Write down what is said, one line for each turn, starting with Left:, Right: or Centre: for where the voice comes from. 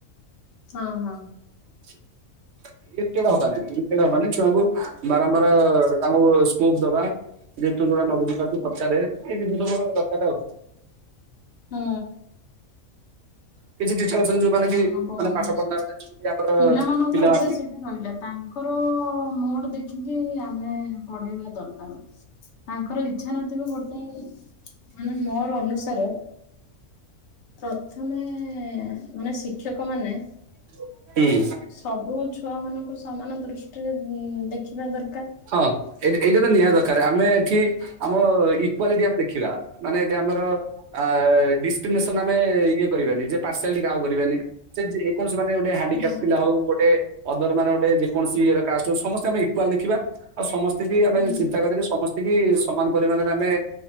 Left: ହଁ, ହଁ।
Right: <unintelligible> ହବନି <unintelligible> ହବନି ଛୁଆଙ୍କୁ ବାରମ୍ବାର ତାଙ୍କୁ ସ୍କୋପ୍ ଦବା ଯେ ତୁ ଯୋଉଟା ନ ବୁଝିପାରୁଛୁ ପଚାରେ ଏଇ ଜିନିଷ ସବୁ ଦରକାର ଆଉ।
Left: ହଁ।
Right: କିଛି ଟିଚର
Left: ସେ
Right: ଅଛନ୍ତି ଯୋଉମାନେ
Left: ପିଲାମାନଙ୍କ
Right: କି
Left: ମାନେ
Right: ପାଠ
Left: ଏ
Right: ପଢିଲା
Left: ସବୁ,
Right: ବେଳେ ଯେମିତି ଆମର
Left: ପିଲାମାନଙ୍କ
Right: ପିଲାମାନେ
Left: ଉପରେ ସେ ରହିଲା ତାଙ୍କର ମୁଡ୍ ଦେଖିକି ଆମେ ପଢେଇବା ଦରକାର। ତାଙ୍କର ଇଚ୍ଛା ନଥିବ ଗୋଟେ ମାନେ ମୋର ଅନୁସାରେ ପ୍ରଥମେ ମାନେ ଶିକ୍ଷକ ମାନେ
Right: ହୁଁ।
Left: ସବୁ ଛୁଆ ମାନଙ୍କୁ ସମାନ ଦୃଷ୍ଟିରେ ଉଁ, ଦେଖିବା ଦରକାର।
Right: ହଁ ଏଇଟା ଏଇଟା ତ ନିହାତି ଦରକାର ଆମେ ଏଠି ଆମ ଇକ୍ୱାଲିଟି ଆମେ ଦେଖିବା। ମାନେ ଏଠି ଆମର ଆ, ଡିସକ୍ରିମିନେସନ ଆମେ ଇଏ କରିବାନି, ଯେ ପାର୍ସିଆଲିଟି କାହାକୁ କରିବାନି। ସେ ଯେ କୌଣସି ମାନେ ଗୋଟେ ହାଣ୍ଡିକାପ୍
Left: ହୁଁ
Right: ପିଲା ହଉ ଗୋଟେ ଅଦର ମାନେ ଗୋଟେ ଯେକୌଣସି ଇଏର କାଷ୍ଟ ହଉ ସମସ୍ତେ ଆମେ ଇକ୍ୱାଲ୍ ଦେଖିବା, ଆଉ ସମସ୍ତେ ବି ଆମେ
Left: ହୁଁ
Right: ଚିନ୍ତା କରିବା ସମସ୍ ତିକି ସମାନ ପରିମାଣରେ ଆମେ